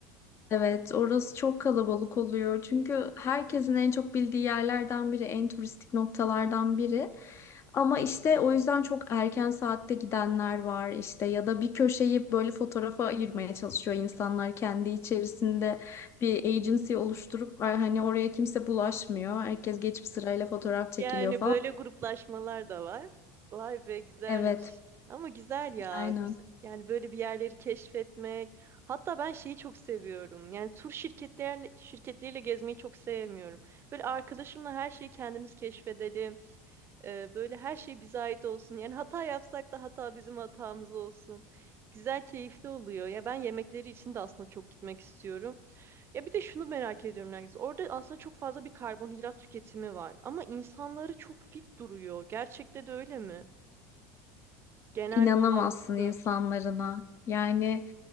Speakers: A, on the left; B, on the right.
A: Evet, orası çok kalabalık oluyor. Çünkü herkesin en çok bildiği yerlerden biri, en turistik noktalardan biri. Ama işte o yüzden çok erken saatte gidenler var işte ya da bir köşeyi böyle fotoğrafa ayırmaya çalışıyor insanlar kendi içerisinde bir agency oluşturup hani oraya kimse bulaşmıyor. Herkes geçip sırayla fotoğraf çekiliyor
B: Yani
A: falan.
B: böyle gruplaşmalar da var. Vay be güzelmiş.
A: Evet,
B: Ama güzel ya.
A: aynen.
B: Güz- Yani böyle bir yerleri keşfetmek. Hatta ben şeyi çok seviyorum. Yani tur şirketlerle, şirketleriyle gezmeyi çok sevmiyorum. Böyle arkadaşımla her şeyi kendimiz keşfedelim. Ee, böyle her şey bize ait olsun. Yani hata yapsak da hata bizim hatamız olsun. Güzel, keyifli oluyor. Ya ben yemekleri için de aslında çok gitmek istiyorum. Ya bir de şunu merak ediyorum Nergis. Orada aslında çok fazla bir karbonhidrat tüketimi var. Ama insanları çok fit duruyor. Gerçekte de öyle mi? Genel
A: İnanamazsın
B: halkı
A: insanlarına. Yani